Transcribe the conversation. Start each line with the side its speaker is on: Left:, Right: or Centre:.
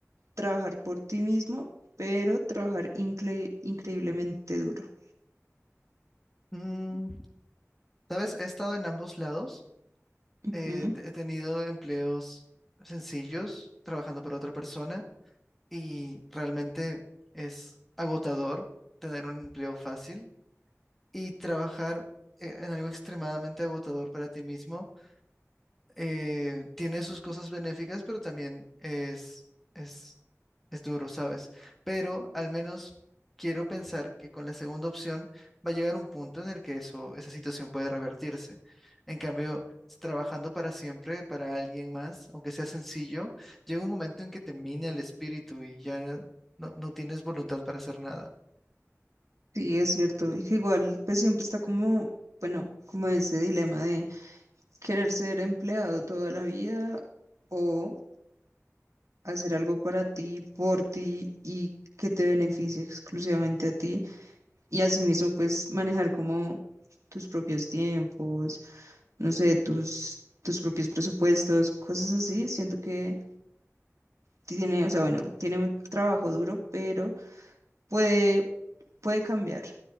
Right: trabajar por ti mismo, pero trabajar incre- increíblemente duro?
Centre: Mm, ¿sabes? He estado en ambos lados.
Right: Ujú.
Centre: Eh, te- he tenido empleos sencillos, trabajando para otra persona, y realmente es agotador tener un empleo fácil y trabajar eh, en algo extremadamente agotador para ti mismo eh, tiene sus cosas benéficas, pero también es, es, es duro, ¿sabes? Pero al menos quiero pensar que con la segunda opción va a llegar un punto en el que eso, esa situación puede revertirse. En cambio, s- trabajando para siempre, para alguien más, aunque sea sencillo, llega un momento en que te mina el espíritu y ya no, no tienes voluntad para hacer nada,
Right: Sí, es cierto. Y que igual, pues siempre está como, bueno, como ese dilema de querer ser empleado toda la vida o hacer algo para ti, por ti y que te beneficie exclusivamente a ti y asimismo pues manejar como tus propios tiempos, no sé, tus, tus propios presupuestos, cosas así. Siento que tiene, o sea, bueno, tiene un trabajo duro, pero puede, puede cambiar